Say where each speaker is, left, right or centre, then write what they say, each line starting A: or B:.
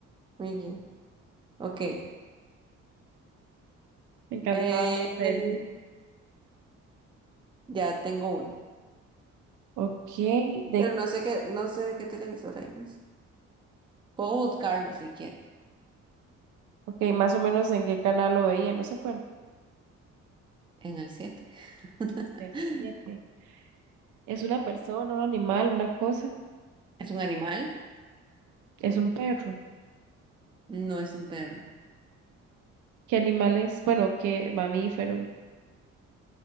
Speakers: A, on the right (about 15°); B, on the right (about 80°).
A: Muy bien. Ok.
B: Me encantaba
A: Eh,
B: la serie.
A: ya tengo uno.
B: Ok, de,
A: Pero
B: qué-
A: no sé qué, no sé de qué televisora es. Puedo buscarlo si quiere.
B: Okay, más o menos en qué canal lo veía, no se acuerda.
A: En el siete. <laughs>
B: El 7. ¿Es una persona, un animal, una cosa?
A: ¿Es un animal?
B: Es un perro.
A: No es un perro.
B: ¿Qué animales? Bueno, qué mamífero.